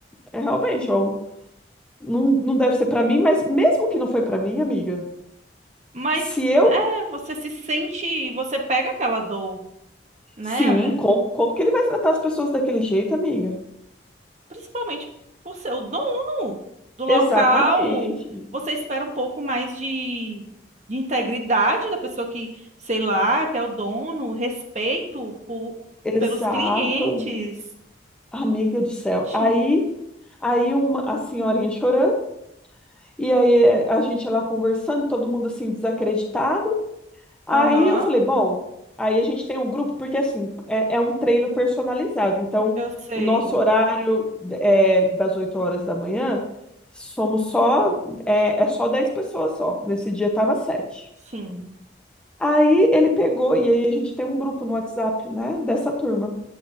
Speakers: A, in the centre; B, on the right.
A: é realmente, ó. Não, não deve ser pra mim, mas mesmo que não foi pra mim, amiga,
B: Mas
A: se eu.
B: é, você se sente, você pega aquela dor, né?
A: Sim, como, como que ele vai tratar as pessoas daquele jeito, amiga?
B: Principalmente por ser o dono do local,
A: Exatamente.
B: você espera um pouco mais de, de integridade da pessoa que, sei lá, que é o dono, respeito por,
A: Exato.
B: pelos clientes.
A: Amiga do céu.
B: Gente,
A: Aí, aí uma, a senhorinha chorando, e aí eh, a gente lá conversando, todo mundo assim desacreditado. Aí
B: aham,
A: eu falei, bom, aí a gente tem um grupo, porque assim, é, é um treino personalizado. Então,
B: eu sei,
A: o nosso horário é das 8 horas da manhã, somos só, é, é só 10 pessoas só. Nesse dia tava 7.
B: sim,
A: Aí ele pegou, e aí a gente tem um grupo no WhatsApp, né, dessa turma.